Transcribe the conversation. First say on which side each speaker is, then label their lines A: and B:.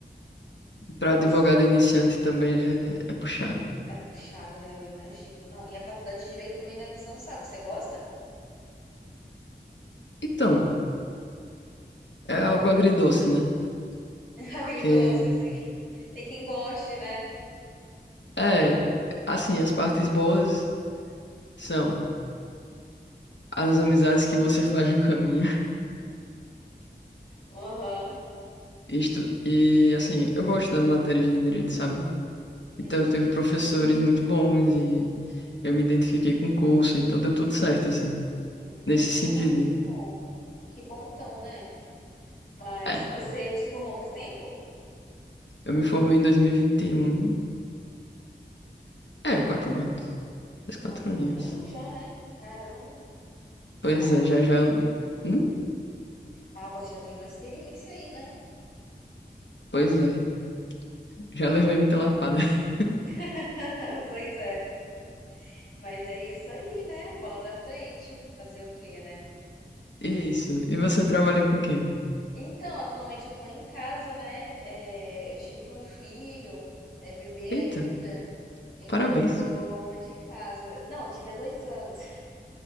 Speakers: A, on the left; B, on the left.
A: Para
B: Você.
A: advogado iniciante também é, é puxado.
B: É puxado, né? Eu imagino. Não, e a faculdade de Direito também deve ser um saco. Você gosta?
A: Então, é algo agridoce, né?
B: <laughs> Agridoce,
A: Porque,
B: assim. Tem quem goste, né?
A: é, assim, as partes boas são as amizades que você <laughs> faz no caminho.
B: Aham.
A: <laughs> Isto, e, assim, eu gosto das matérias de direito, sabe?
B: Entendi.
A: Então, teve professores muito bons e eu me identifiquei com o curso, então deu tudo certo, assim,
B: Entendi.
A: nesse sentido.
B: Ai, que bom. Que bom então, né? Mas
A: É,
B: você se formou faz tempo?
A: eu me formei em 2021. É, quatro anos. Faz quatro
B: Ah, tem
A: aninhos.
B: um tempo já, né? Caramba.
A: Pois
B: Ah,
A: é, já já eu... Hum?
B: ah, você já tem uma experiência aí, né?
A: Pois é, já levei muita lapada. <laughs>
B: <laughs> Pois é. Mas é isso aí, né? Bola pra frente. Fazer o quê, né?
A: Isso. E você trabalha com quem?
B: Então, atualmente eu tô em casa, né? É, eu tive um filho, né? Bebê
A: Eita,
B: ainda. Então
A: parabéns.
B: eu tô mais de casa. Não, eu tive há dois anos.